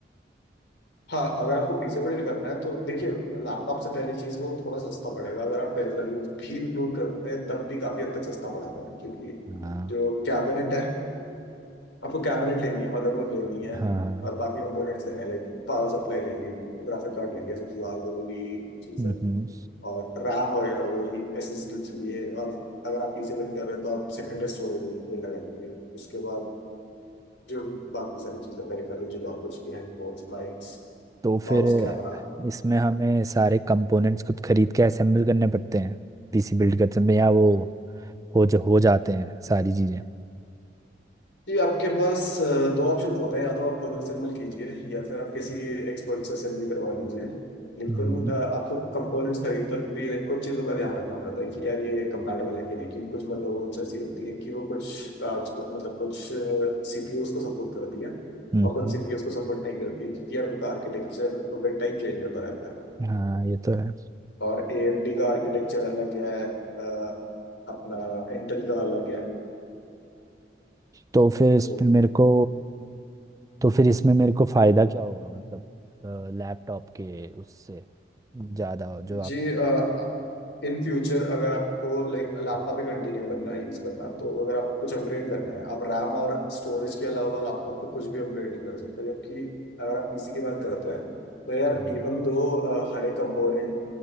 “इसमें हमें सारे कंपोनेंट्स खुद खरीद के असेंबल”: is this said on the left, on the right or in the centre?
Right